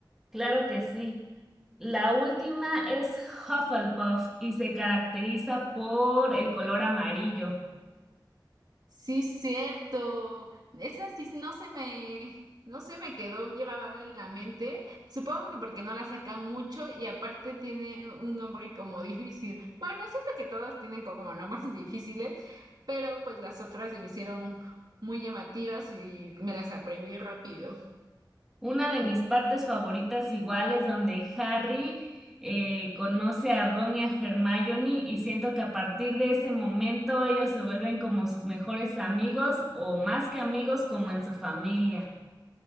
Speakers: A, in the centre; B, on the right.
A: Claro que sí. La última es Hufflepuff y se caracteriza por el color amarillo.
B: Sí, cierto. Esa sí no se me, no se me quedó grabada en la mente. Supongo que porque no la sacan mucho y aparte tiene un nombre como difícil. Bueno, siento que todas tienen como nombres <laughs> difíciles, pero pues las otras se me hicieron muy llamativas y me las aprendí rápido.
A: Una de mis partes favoritas igual es donde Harry eh, conoce a Ron y a Hermione y siento que a partir de ese momento ellos se vuelven como sus mejores amigos o más que amigos como en su familia.